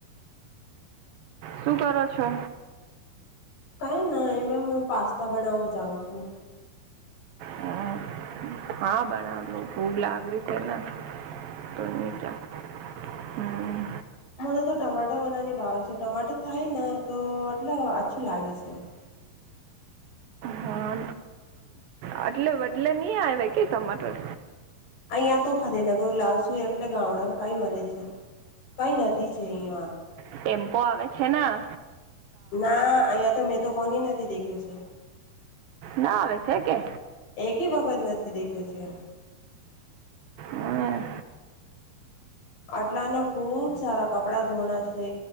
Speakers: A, on the right (about 75°); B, on the left (about 90°).
A: શું કરો છો?
B: કઈ ના, એમાં હું પાસ્તા બનાવવા જાઉં છું.
A: હા, હા બનાવ ભૂગ લાગરી છે ને તો <unintelligible> હમ!
B: મને તો ટમાટાર વનાની ભાવે છે. ટમાટર થાય ને તો એટલે અછું લાગે છે <inaudible>
A: હા આટલે બટલે નહી આવે કે ટમાટર?
B: અહીં તો ફતેનગર લાવશું? એટલે ગામડામાં કઈ જ મળે છે. કઈ નથી છે <unintelligible>
A: ટેમ્પો આવે છે ના
B: ના અહીંયા તો મેં તો કોની નથી દેખ્યું છે.
A: ના આવે છે, કે
B: એકી વખત નથી દેખ્યું છે.
A: હમ,
B: આટલાને ખુબ સારા કપડા ધોણાશે